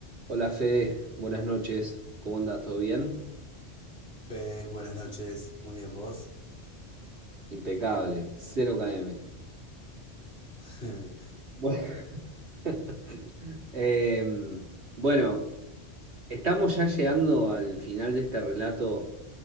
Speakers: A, on the right; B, on the left.
A: Hola Fede, buenas noches. ¿Cómo andas? ¿Todo bien?
B: Fede, buenas noches, muy bien vos.
A: Impecable, cero km.
B: <laughs> ¿Quién
A: Bueno, <laughs> Em, bueno, estamos ya llegando al final de este relato